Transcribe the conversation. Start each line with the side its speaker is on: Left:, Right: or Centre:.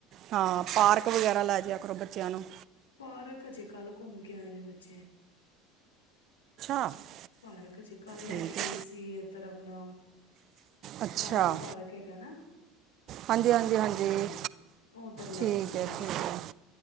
Right: ਹਾਂ ਪਾਰਕ ਵਗੈਰਾ ਲੈ ਜ ਕਰੋ ਬੱਚਿਆਂ ਨੂੰ।
Left: ਪਾਰਕ ਅਜੇ ਕੱਲ੍ਹ ਘੁੰਮ ਕੇ ਆਏ ਨੇ ਬੱਚੇ।
Right: <inaudible>
Left: ਪਾਰਕ ਜੇ ਕੱਲ ਲੈ
Right: ਠੀਕ
Left: ਕੇ ਗਈ
Right: ਹੈ
Left: ਸੀ ਇਧਰ ਆਪਣਾ
Right: ਅੱਛਾ
Left: ਟਾਊਨ ਪਾਰਕ ਹੈਗਾ ਨਾ
Right: ਹਾਂਜੀ ਹਾਂਜੀ
Left: ਹਮ
Right: ਹਾਂਜੀ
Left: ਓਧਰ ਲੈ
Right: ਠੀਕ
Left: ਕੇ ਗਈ
Right: ਹੈ ਠੀਕ
Left: ਸੀ
Right: ਹੈ